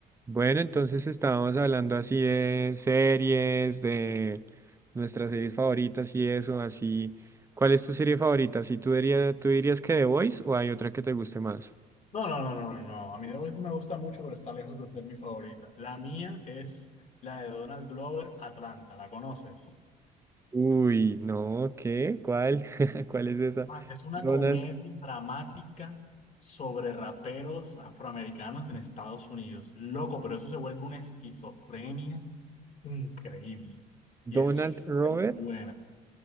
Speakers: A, on the right; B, on the left.
A: Bueno, entonces estábamos hablando así de series, de nuestras series favoritas y eso, así. ¿Cuál es tu serie favorita? Si tú dirías, tú dirías que The Voice o hay otra que te guste más?
B: No, no, no, no, no. no. A mí The Voice me gusta mucho, pero está lejos de ser mi favorita. La mía es la de Donald Glover, Atlanta. ¿La conoces?
A: Uy, no, ¿qué? ¿Cuál? <laughs> ¿Cuál es esa?
B: Ah, Es una
A: Donald,
B: comedia dramática sobre raperos afroamericanos en Estados Unidos. Loco, pero eso se vuelve una esquizofrenia increíble. Y
A: Donald
B: es súper
A: Robert.
B: buena.